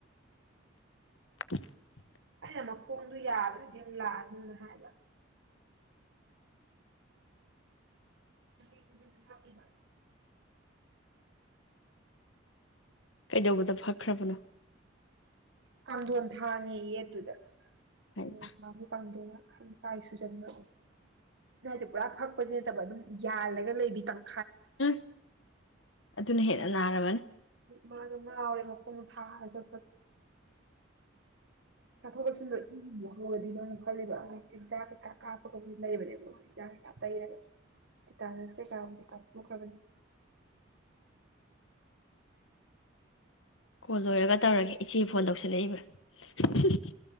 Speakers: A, on the left (about 75°); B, on the right (about 65°).
A: <inaudible>
B: ꯑꯩꯅ ꯃꯈꯣꯡꯗꯨ ꯌꯥꯗ꯭ꯔꯗꯤ ꯑꯃꯨꯛ ꯂꯥꯛꯑꯅꯨꯅ ꯍꯥꯏꯕ <inaudible> ꯈꯨꯖꯤꯟ ꯐꯛꯏꯕ
A: ꯀꯩꯗꯧꯕꯗ ꯐꯛꯈ꯭ꯔꯥꯕꯅꯣ
B: ꯀꯥꯡꯗꯣꯟ ꯊꯥꯡꯉꯦꯌꯦ ꯑꯗꯨꯗ ꯀꯥꯡꯗꯣꯟ
A: ꯍꯥꯏꯕ
B: <inaudible> ꯀꯥꯡꯗꯣꯟ <inaudible> ꯁꯨꯖꯟꯕ <inaudible> ꯄꯨꯔꯥ ꯐꯛꯄꯗꯤ ꯅꯠꯇꯕ ꯑꯗꯨꯝ ꯌꯥꯜꯂꯒ ꯂꯩꯕꯤ ꯇꯪ
A: ꯎꯝ ꯑꯗꯨꯅ ꯍꯦꯟꯅ ꯅꯥꯔꯝꯃꯅꯤ
B: ꯃꯥ ꯑꯗꯨꯅ ꯂꯥꯎꯔꯦ ꯃꯈꯣꯡ ꯊꯥꯖ ꯆꯠꯊꯣꯛꯒꯁꯤ ꯎ ꯅꯣ ꯑꯃꯨꯛ ꯈꯜꯂꯤꯕ ꯑꯗꯨꯛꯇꯤ ꯍꯤꯟꯗꯥꯛ ꯀꯩꯀꯥ ꯀꯥꯞꯄꯒ ꯍꯧꯛ ꯂꯩꯕꯅꯦꯕ ꯍꯤꯟꯖꯥꯛ ꯀꯩꯀꯥ ꯇꯩꯔꯒ ꯇ ꯇꯥꯅꯁꯀ ꯂꯥꯕꯨꯗꯤ ꯀꯥꯞꯊꯣꯛꯈ꯭ꯔꯕꯅꯤ
A: ꯀꯣꯜ ꯂꯣꯏꯔꯒ ꯇꯧꯔꯒꯦ ꯏꯆꯦ ꯐꯣꯟ ꯇꯧꯁꯤꯜꯂꯛꯏꯕ꯭ꯔꯥ